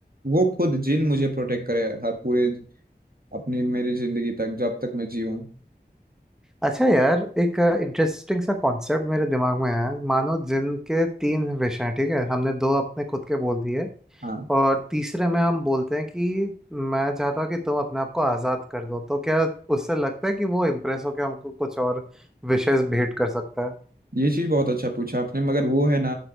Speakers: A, on the right; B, in the centre.
A: वो खुद जिन मुझे प्रोटेक्ट करे हर पूरे अपनी मेरी जिंदगी तक जब तक मैं जीऊँ
B: अच्छा यार एक इंटरेस्टिंग सा कॉन्सेप्ट मेरे दिमाग में है मानो जिनके तीन विश हैं ठीक है हमने दो अपने खुद के बोल दिए
A: हाँ
B: और तीसरे में हम बोलते हैं कि मैं चाहता हूँ कि तुम अपने आप को आज़ाद कर दो तो क्या उससे लगता है कि वो इम्प्रेस होकर हमको कुछ और विशेस भेंट कर सकता है
A: ये चीज बहुत अच्छा पूछा आपने मगर वो है ना